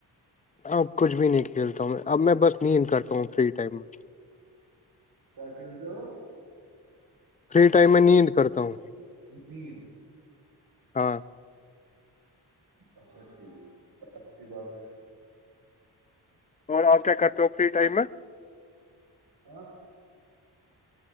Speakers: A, on the left; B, on the right.
A: اب کچھ بھی نہیں کھیلتا ہوں میں اب میں بس نیند کرتا ہوں فری ٹائم میں
B: کیا کھیلتے ہو
A: فری ٹائم میں نیند کرتا ہوں
B: نم
A: ہاں
B: اچھا ٹھیک اچھی بات ہے
A: اور آپ کیا کرتے ہو فری ٹائم میں
B: آ